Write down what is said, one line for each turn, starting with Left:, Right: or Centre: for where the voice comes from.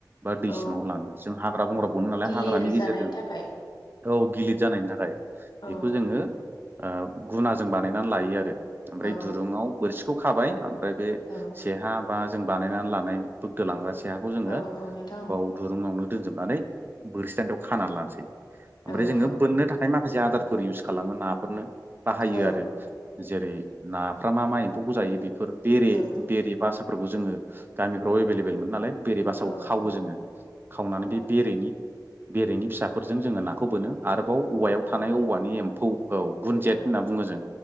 Right: बा दै
Left: अ
Right: सिङाव लाङो जों हाग्रा बंग्रा बोनो नालाय
Left: गिलिर
Right: हाग्रानि गेजेरजों
Left: जानायनि थाखाय
Right: औ गिलिर जानायनि थाखाय
Left: औ
Right: बेखौ जोङो ओ गुना जजों बानायनानै लायो आरो ओमफ्राय
Left: औ
Right: दुरुङाव बोरसिखौ खाबाय ओमफ्राय बे
Left: औ
Right: सेहा बा जों बानायनानै लानाय दोलांगासिनो फिहाखौ जोङो
Left: औ औ नोंथां
Right: बाव दुरुंनावनो दोनजोबनानै बोरसि दान्दायाव खानानै लानोसै ओमफ्राय
Left: औ
Right: जोङो
Left: औ
Right: बोननो थाखाय माखासे आदारफोर इउस खालामो नाफोरनो बाहायो
Left: औ
Right: आरो जेरै नाफ्रा मा मा एम्फौखौ जायो बिदि फोर बेरे
Left: औ
Right: बेरे बासाफोरखौ जोङो गामिफ्राव एभेल एभेल नालाय बेरे बासाखौ
Left: औ
Right: खावो जोङो
Left: औ
Right: खावनानै
Left: अ
Right: बे बेरेनि बेरेनि फिसाफोरजों जोङो नाखौ बोनो आरोबाव
Left: बोननो
Right: औवायाव
Left: हायो
Right: थानाय औवानि एम्फौ औ गुनजेत
Left: आरो
Right: होनना बुङो जों